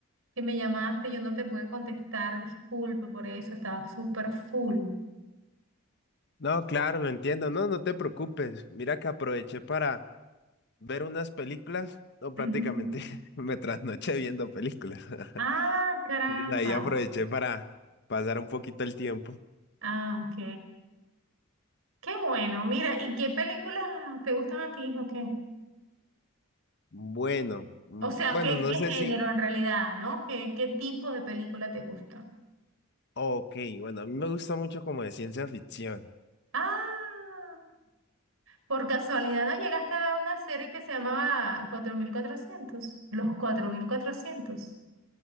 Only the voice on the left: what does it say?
No, claro, lo entiendo, no, no te preocupes. Mira que aproveché para ver unas películas, no, prácticamente
<laughs> me trasnoché viendo películas. <laughs>
Entonces, Ahí aproveché para pasar un poquito el tiempo.
Bueno, mm,
bueno,
no
sé
si,
ok, bueno, a mí me gusta mucho como de ciencia ficción.